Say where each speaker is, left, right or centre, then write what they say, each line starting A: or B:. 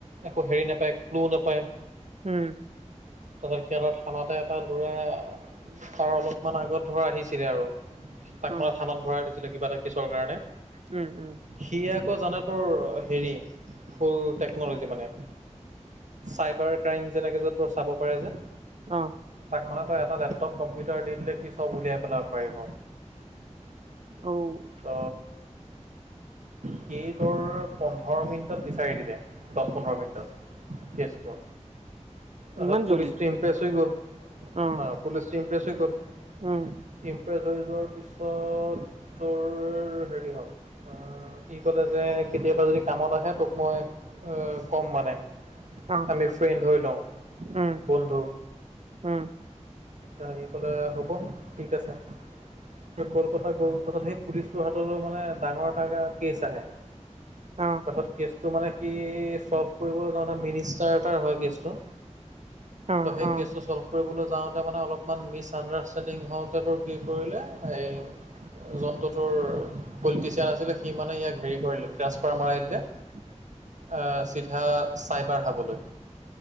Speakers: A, on the right; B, on the right.
A: একো হেৰি নাপায় ক্লু নাপায়।
B: উম।
A: তাৰপিছত সিহঁতৰ থানাতে এটা ল'ৰা তাৰ অলপমান আগত ধৰা আহিছে ছিলে আৰু তাক
B: অ',
A: মানে থানাত ভৰাই থৈছিলে কিবা এটা কেছৰ কাৰণে
B: উম, উম।
A: সি আকৌ জানে তোৰ হেৰি ফুল টেকন'লজি মানে। চাইবাৰ ক্ৰাইম যেনেকে যে তোৰ চাব পাৰে যে।
B: অ'।
A: তাক মানে তই এটা লেপটপ কম্পিউটাৰ দি দিলে সি চব উলিয়াই পেলাব পাৰিব।
B: অ'।
A: ত' সি তোৰ পোন্ধৰ মিনিটত বিচাৰি দিলে, দহ পোন্ধৰ মিনিটত। কেচটো। আ,
B: ইমান
A: পুলিচটো
B: জল্দি
A: ইম্প্ৰেছ হৈ গ'ল
B: অ',
A: আ, পুলিচটো ইম্প্ৰেছ হৈ গ'ল।
B: উম,
A: প্ৰেছ হৈ যোৱাৰ পিছত তোৰ হেৰি হ'ল ই কলে যে কেতিয়াবা যদি কামত আহে তোক মই ক'ম মানে।
B: অ',
A: আমি ফ্ৰেণ্ড হৈ লওঁ,
B: উম,
A: বন্ধু।
B: উম,
A: তাৰ সি ক'লে হ'ব ঠিক আছে, আৰু
B: উম,
A: ক'ৰ কথা ক'ৰ পুলিচৰ হাতলৈ মানে ডাঙৰ টাগাৰ কেচ আহে।
B: অহ।
A: তাৰপাছত কেচটো মানে সি চল্ভ কৰিবলৈ যাওঁতে মিনিষ্টাৰ এটাৰ হয় কেচটো।
B: অ
A: ত' সেই
B: অ
A: কেচটো চল্ভ কৰিবলৈ যাওঁতে, মানে অলপমান মিছ আণ্ডাৰষ্টেণ্ডিং হওঁতেতো কি কৰিলে এই
B: <inaudible>
A: জন্তুটোৰ পলিটিচিয়ান আছিলে, সি মানে ইয়াক হেৰি কৰিলে ট্ৰাসফাৰ মৰাই দিলে।
B: <inaudible>
A: অ' চিধা চাইপাৰ খাবলৈ,